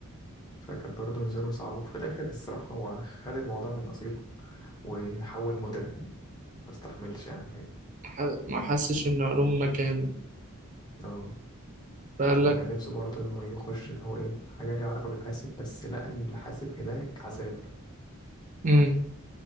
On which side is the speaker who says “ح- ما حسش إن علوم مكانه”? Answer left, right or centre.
Right